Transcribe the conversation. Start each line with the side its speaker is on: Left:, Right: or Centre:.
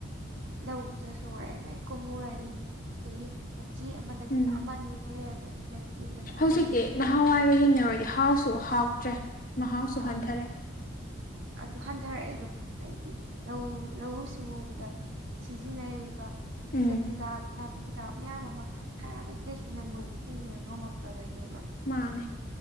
Right: ꯂꯧꯕꯨꯛꯇꯁꯨ ꯋꯥꯔꯦꯃꯩ ꯀꯨꯝꯃꯨꯔꯅꯤ ꯑꯗꯒꯤ ꯃꯆꯤ ꯑꯃꯗ
Left: ꯎꯝ
Right: ꯑꯃꯅꯤ ꯃꯨꯛ ꯂꯩꯔꯝꯃꯅꯤ ꯃꯆꯤ ꯑꯃꯗ
Left: ꯍꯧꯖꯤꯛꯇꯤ
Right: ꯑꯃꯅ ꯑꯃꯨꯛ ꯂꯩꯔꯝꯃꯅꯤ
Left: ꯅꯍꯥꯟꯋꯥꯏꯒ ꯌꯦꯡꯅꯔꯨꯔꯗꯤ ꯍꯥꯎꯁꯨ ꯍꯥꯎꯇ꯭ꯔꯦ ꯃꯍꯥꯎꯁꯨ
Right: ꯑꯥ
Left: ꯍꯟꯊꯔꯦ
Right: ꯑꯗꯨ ꯍꯟꯊꯔꯛ ꯏꯗꯣ ꯍꯥꯏꯗꯤ ꯂꯧ ꯂꯧꯎ ꯁꯤꯡꯎꯕꯗ ꯁꯤꯖꯤꯟꯅꯔꯤꯕ
Left: ꯎꯝ
Right: ꯇꯤꯜ ꯍꯤꯗꯥꯛ ꯅꯥꯞ ꯄꯤ ꯍꯤꯗꯥꯛ ꯃꯌꯥꯝ ꯑꯃ ꯍꯥꯔ ꯀꯀꯩꯁꯤꯅ ꯃꯣꯏꯁꯨ ꯍꯤꯡꯕꯗꯣ ꯉꯝꯃꯛꯇꯕꯩꯅꯦꯕ
Left: ꯃꯥꯅꯦ